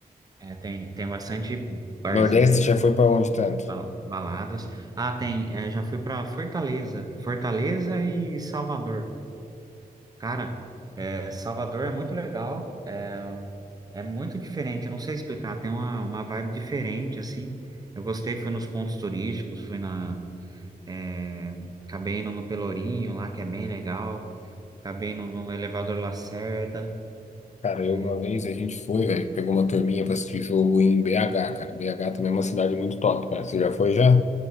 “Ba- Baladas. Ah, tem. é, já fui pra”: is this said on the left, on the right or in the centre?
Right